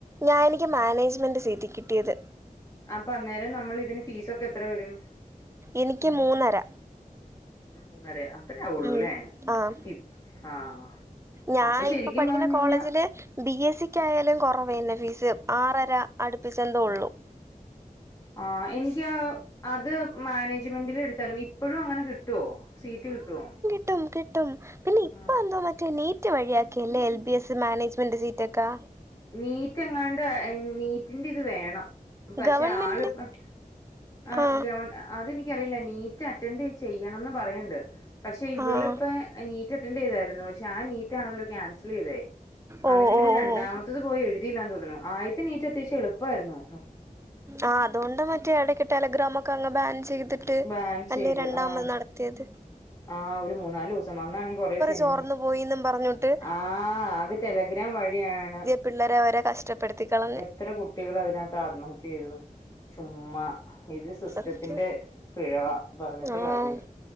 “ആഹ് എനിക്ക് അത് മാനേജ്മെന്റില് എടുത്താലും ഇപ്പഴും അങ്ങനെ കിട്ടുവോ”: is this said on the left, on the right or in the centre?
Left